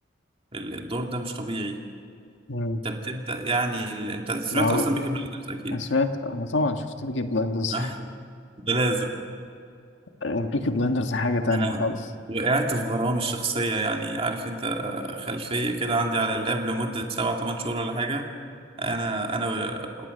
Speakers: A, on the right; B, on the left.
A: ال- الدور ده مش طبيعي
B: مم.
A: انت بتبدا يعني ال... انت سمعت
B: ما هو
A: اصلا بيكي بلايندرز اكيد
B: أنا سمعت أنا طبعا شفت بيكي بلايندرز
A: <laughs> ده لازم
B: <laughs> بيكي بلايندرز حاجة تانية
A: انا
B: خالص
A: وقعت في غرامي الشخصية يعني عارف انت خلفية كده عندي على اللاب لمدة سبعة تمن شهور ولا حاجة انا انا و-